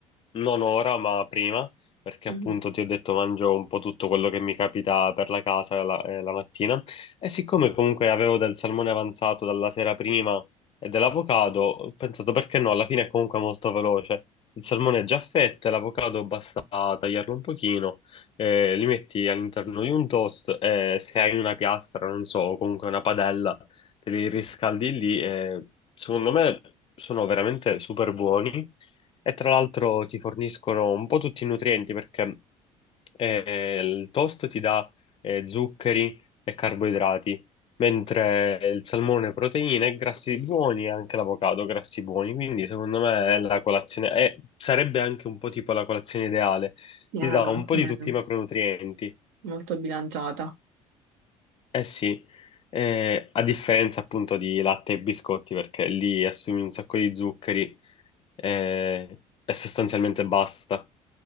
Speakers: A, on the left; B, on the right.
A: non ora, ma prima, perché
B: Sì,
A: appunto ti ho detto mangio un po' tutto quello che mi capita per la casa la, eh, la mattina. E siccome comunque avevo del salmone avanzato dalla sera prima e dell'avocado ho pensato perché no, alla fine è comunque molto veloce. Il salmone è già a fette, l'avocado basta tagliarlo un pochino, eh, li metti all'interno di un toast e se hai una piastra, non so, o comunque una padella, te li riscaldi lì e secondo me sono veramente super buoni e tra l'altro ti forniscono un po' tutti i nutrienti perché eh, il toast ti dà eh, zuccheri e carboidrati mentre il salmone proteine, e grassi buoni e anche l'avocado grassi buoni, quindi secondo me è la colazione, è- sarebbe anche un po' tipo la colazione ideale,
B: è
A: ti
B: una
A: dà
B: colazione
A: un po' di tutti i macronutrienti,
B: molto bilanciata.
A: eh sì, eh, a differenza appunto di latte e biscotti perché lì assumi un sacco di zuccheri eh, e sostanzialmente basta.